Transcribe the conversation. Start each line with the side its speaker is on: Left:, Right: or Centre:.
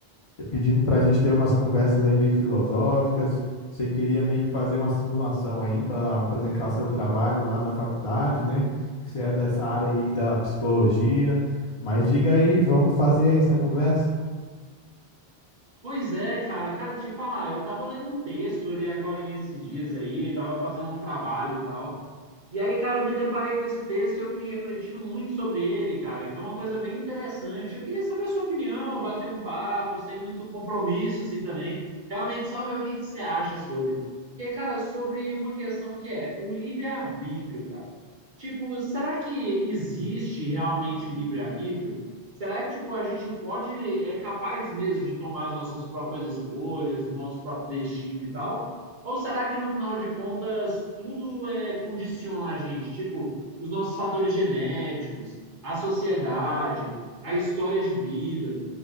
Left: pedindo pra gente ter umas conversas aí meio filosóficas. Você queria meio que fazer uma simulação aí para apresentar seu trabalho lá na faculdade, né? Que você é dessa área aí da psicologia. Mas diga aí, vamos fazer essa conversa?
Right: Pois é, cara, cara, te falar, eu tava lendo um texto ali agora esses dias aí, tava fazendo um trabalho e tal. E aí, cara, eu me deparei com esse texto e eu fiquei refletindo muito sobre ele, cara, que é uma coisa bem interessante. Eu queria saber a sua opinião, bater um papo, sem muito compromisso, assim, também. Realmente, só ver o que que você acha sobre. Porque, cara, sobre uma questão que é o livre-arbítrio, cara. Tipo, será que existe realmente o livre-arbítrio? Será que, tipo, a gente pode, é capaz mesmo de tomar as nossas próprias escolhas, o nosso próprio destino e tal? Ou será que no final de contas tudo é condiciona a gente? Tipo, os nossos fatores genéticos, a sociedade, a história de vida.